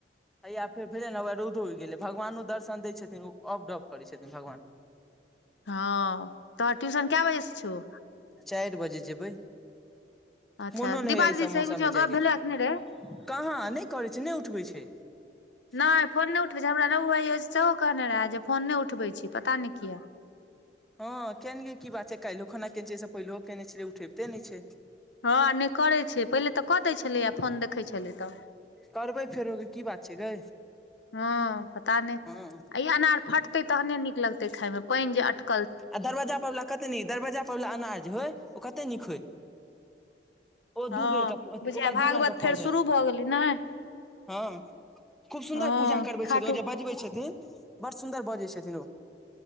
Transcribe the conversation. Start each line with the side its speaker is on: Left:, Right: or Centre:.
Centre: हैया फेर फेन हौवै रौदो उगि गेलै भगवानो दर्शन दैय छथिन्ह ओ अब डब करै छथिन्ह भगवान
Left: हँ तोहर ट्यूशन कै बजे से छौ
Centre: चाइर बजे जेबै
Left: अच्छा
Centre: मोनो
Left: दिपा
Centre: नै होइये ई
Left: दीदी
Centre: सभ मौसम
Left: से बीच मे
Centre: में जाय
Left: गप
Centre: केँ
Left: भेलै कि नहि रे
Centre: <inaudible> कहाँ नै करै छै नै उठबै छै <inaudible>
Left: नै फोन नै उठबै छैय हमरा रघु भाईजी सेहो कहने रहय जे फोन नै उठबै छैय पता नै किया
Centre: हँ कियान लियै की बात छैय काइलोखना केने छियै ओ स पहिलहो केने छलियै उठबिते नै छैय
Left: हँ नै करै छियै पहिले तऽ कऽ दैत छलै य फोन देखै छलै य तऽ
Centre: करबै फेरो
Left: <inaudible>
Centre: की बात छै गै
Left: हँ पता नै
Centre: हँ
Left: ई अनार फट पकतै तहने नीक लगतै खाइमे पाइन ज़े अटक
Centre: आ दरवाजा पर वला कतेक नीक दरवजा पर वला अनार जे होय ओ कतेे नीक होय ओ
Left: हँ
Centre: दू बेर कऽ ओकरा
Left: बुझाय भागवत
Centre: दू रंग कऽ
Left: फेर
Centre: फल होय
Left: शुरू
Centre: <inaudible>
Left: भऽ गेलै ने
Centre: हँ <inaudible> खूब सुन्दर
Left: हँ
Centre: पूजा करबै
Left: खाटू
Centre: छथिन ओ जे बजबै छथिन बड़ सुन्दर बजै छथिन ओ